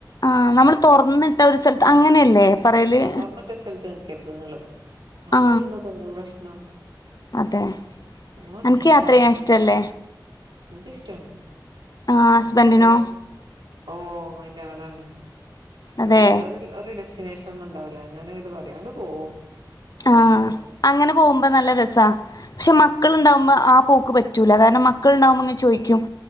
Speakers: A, on the left (about 50°); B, on the right (about 80°).
A: ആഹ നമ്മള് തുറന്നിട്ട ഒരു സ്ഥലത്ത് അങ്ങനെയല്ലേ പറയല്
B: ആഹ തൊറന്നിട്ട സ്ഥലത്ത് നിക്കരുത് എന്നുള്ളത് യാത്ര
A: ആ
B: ചെയ്യുമ്പപ്പ എന്താ പ്രശ്നം
A: അതെ
B: അത് വണ്ടീല്
A: അനക്ക് യാത്ര
B: കാറിലല്ലേ
A: ചെയ്യാൻ ഇഷ്ടല്ലേ
B: ഇൻക്ക് ഇഷ്ടാണ്
A: ആ ഹസ്ബൻഡിനോ
B: പക്ഷെ ഓഹ അയ്ന്റെ ആളാണ്
A: അതെ
B: ഒരു ഒരു ഡെസ്റ്റിനേഷൻ ഒന്നും ഉണ്ടാവുല ഞാനങ്ങട്ട് പറയും ആണ്ട് പോവും ഫ്രണ്ട്സിന്റെ
A: ആഹ
B: കൂടെ
A: അങ്ങനെ പോകുമ്പം നല്ല രസ പക്ഷെ
B: ആഹ്
A: മക്കളുണ്ടാവുമ്പം ആഹ പോക്ക് പറ്റു പറ്റൂല കാരണം മക്കളുണ്ടാവുമ്പങ്ങനെ ചോയ്ക്കും